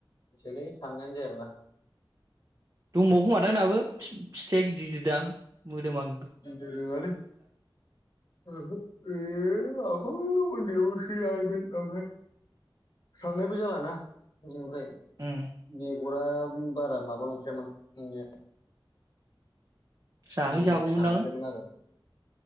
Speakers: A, on the left (about 50°); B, on the right (about 40°).
A: मिथियालै थांनायानो जायाबा
B: दंबावोखोमादां दाबो फिथ फिथाइया गिदिर गिदिरदां मोदोमां
A: गिदिर नोङालै ओहो ओय आगोल ओन्दैयावस <unintelligible> थांनायबो जालाना ओफ्राय
B: उम
A: बेगराब उम बारा माबा नंखायामोन नंनाया
B: जाहै
A: बेगुर
B: जागौमोनदां
A: फिसा नखायामोन आरो